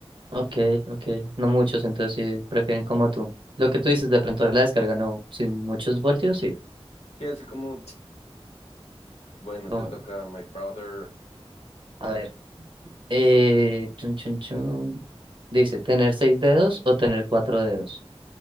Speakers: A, on the right; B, on the left.
A: Ok, ok. No muchos, entonces sí prefieren como tú. Lo que tú dices de pronto la descarga, no. Sin muchos voltios, sí.
B: Sí, así como, bueno,
A: No,
B: te toca My Brother
A: a ver. Eh, chun, chun, chun. Dice, ¿tener seis dedos o tener cuatro dedos?